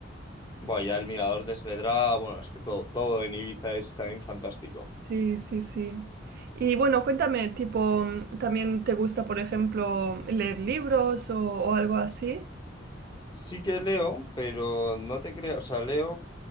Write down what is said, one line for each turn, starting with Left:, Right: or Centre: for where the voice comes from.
Left: Bueno, ya el Mirador de Esvedra, bueno, es que todo, todo en Ibiza es también fantástico.
Right: Sí, sí, sí. Y bueno, cuéntame, tipo, mm, ¿también te gusta, por ejemplo, leer libros o, o algo así?
Left: Sí que leo, pero no te creo, o sea, leo,